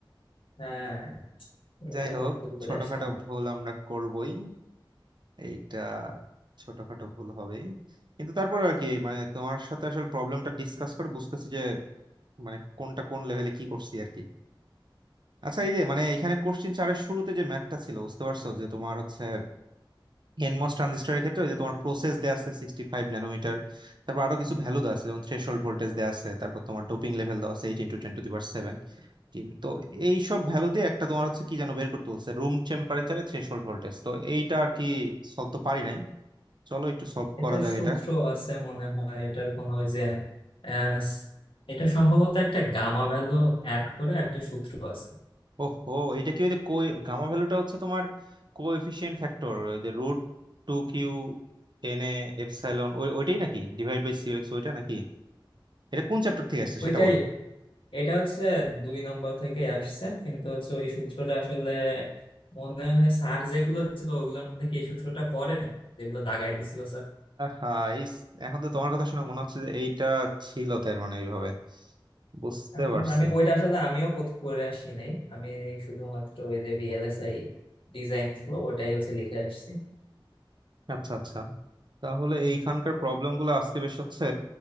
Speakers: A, on the left (about 80°); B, on the right (about 60°).
A: হ্যাঁ
B: যাই
A: এটা
B: হোক
A: তো ভুল করে
B: ছোটখাটো
A: আসলাম
B: ভুল আমরা করবই এইটা ছোটখাটো ভুল হবেই কিন্তু তারপর আর কি মানে তোমার সাথে আসলে প্রবলেমটা ডিসকাস করে বুঝতেছি যে মানে কোনটা কোন লেভেলে কি করছি আর কি আচ্ছা এই যে মানে এখানে কোশ্চিন চারের শুরুতে যে ম্যাথটা ছিল বুঝতে পারছো যে তোমার হচ্ছে এনমস ট্রানজিস্টরের ক্ষেত্রে ওই যে তোমার প্রসেস দেয়া আছে সিক্সটি ফাইভ ন্যানোমিটার তারপর আরো কিছু ভ্যালু দেওয়া আছে যেমন থ্রেশহোল্ড ভোল্টেজ দেওয়া আছে তারপর তোমার ডোপিং লেভেল দেওয়া আছে এইট ইন্টু টেন টু দি পাওয়ার সেভেন তো এই সব ভ্যালু দিয়ে একটা তোমার হচ্ছে কি যেন বের করতে বলছে রুম টেম্পারেচারে থ্রেশহোল্ড ভোল্টেজ তো এইটা আর কি সলভ তো পারি নাই চলো একটু সলভ
A: এটা
B: করা যাক
A: সূত্র
B: এটা
A: আছে মনে হয় এটার কোনো ওই যে আহ, এটা সম্ভবত একটা গামা ভ্যালু অ্যাড করে একটা সূত্র আছে
B: ওহো এটা কি ওই যে কোই গামা ভ্যালুটা হচ্ছে তোমার কোএফিসিয়েন্ট ফ্যাক্টর ওই যে root two Q N A epsilon ওই ওইটাই নাকি ডিভাইড বাই সিউ এক্স ওইটা নাকি এটা কোন চ্যাপ্টার থেকে আসছে
A: ওইটাই
B: সেটা বলো
A: এটা হচ্ছে দুই নম্বর থেকে আসছে কিন্তু হচ্ছে ওই সূত্রটা আসলে মনে হয় স্যার যেগুলো দিছিল ওগুলোর মধ্যে কি এই সূত্রটা পড়ে যেগুলো দাগাই দিছিল
B: হ্যাঁ এই স- এখন তো তোমার কথা শুনে মনে হচ্ছে যে এইটা ছিল তার মানে এইভাবে বুঝতে
A: এখন
B: পারছি
A: আমি ওইটা আসলে আমিও কোত- করে আসি নাই আমি শুধুমাত্র ওই যে ভিএলএসআই ডিজাইন ফ্লো ওটাই হচ্ছে লিখে আসছি
B: আচ্ছা আচ্ছা তাহলে এইখানকার প্রবলেম গুলো আজকে বেশ হচ্ছে